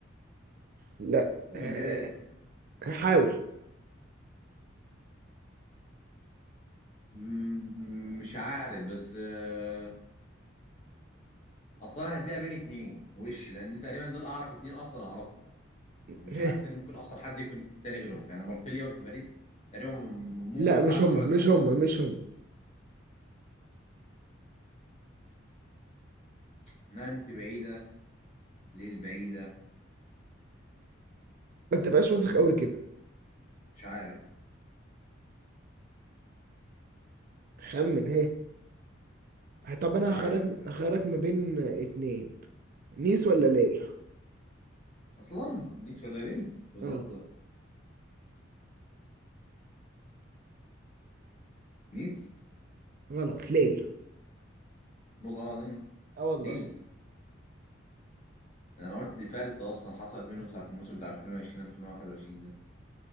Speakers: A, on the right; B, on the left.
A: لا
B: مش
A: آه،
B: جاي
A: هحاول
B: م- مش عارف بس آه، اصل انا هديها بين اتنين وش لان تقريبا دول اعرف اتنين اصلا اعرفهم
A: <laughs>
B: أو مش حاسس ان ممكن اصلا حد يكون تاني غيرهم يعني مارسيليا وباريس تقريبا م- م-
A: لا
B: ما يطلعش
A: مش هم
B: بره الحالتين
A: مش هم
B: دول
A: مش هم
B: نانت بعيده ليل بعيده
A: ما تبقاش واثق قوي كده
B: مش عارف
A: خمن هي طب انا
B: مش
A: هخرج
B: عارف مش عارف
A: هخرج ما بين اتنين نيس ولا ليل
B: اصلا نيس ولا ليل أنت بتهزر
A: اه
B: نيس
A: غلط ليل
B: والله العظيم
A: اه والله
B: ليل انا قلت ديفالت اصلا حصلت منهم ساعه الموسم بتاع 2020 2021 ده